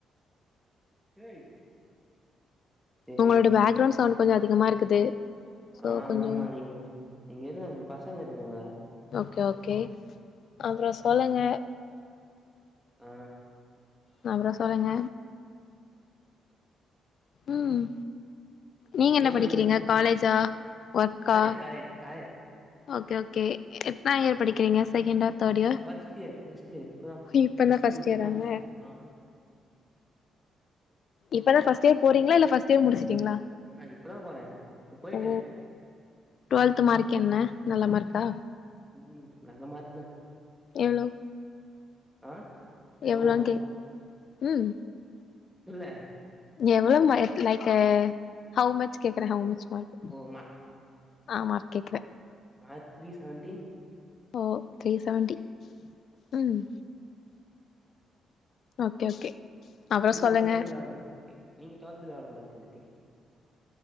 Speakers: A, in the centre; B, on the left.
A: ஏய் ஏய்
B: உங்களோட பேக்ரவுண்ட் சவுண்ட் கொஞ்சோ அதிகமா இருக்குது. சோ
A: ஆ
B: கொஞ்சோ
A: ஆமா இங்க இங்க இரு <unintelligible> பசங்க இருக்காங்க
B: ஓகே ஓகே அப்ற சொல்லுங்க
A: அதா ஆ
B: அப்புறோ சொல்லுங்க. ம் நீங்க
A: இதோ
B: என்ன படிக்கிறீங்க
A: இங்க
B: காலேஜா ஒர்க்கா
A: college college college
B: okay okay எத்தனா
A: ஆ
B: இயர் படிக்கிறீங்க செகண்டா third year?
A: First year first year இப்பதா
B: இப்பதா
A: ப்ளஸ்
B: ஃபர்ஸ்ட்
A: டூ முடிச்சு
B: இயராங்க?
A: காலேஜ் சேந்துருக்கா
B: இப்பதா ஃபர்ஸ்ட் இயர் போறீங்களா இல்ல ஃபர்ஸ்ட் இயர் முடிச்சிட்டீங்களா
A: ஆஹா இப்பதா போனே இப்ப போயிட்டே
B: ஓ டுவெல்த் மார்க் என்ன நல்ல மார்க்கா
A: ம் நல்ல மார்க் தா
B: எவ்ளோ
A: ஆ லவ்
B: எவ்ளோன்னு
A: ஆ
B: கேக் ம்
A: இல்ல
B: எவ்ளோ மா லைக்கு ஹவ் மச் கேக்குற ஹவ் மச் மார்க்
A: ஓ
B: ஆ மார்க் கேக்குற
A: நா த்ரீ செவன்ட்டி
B: ஓ த்ரீ செவன்ட்டி உ ம் ஓகே ஓகே அப்றோ
A: நீங்க
B: சொல்லுங்க
A: டுவெல்த்ல எவ்ளோ நீங்க டுவெல்த்ல எவ்ளோ மார்க் எடுத்தீங்க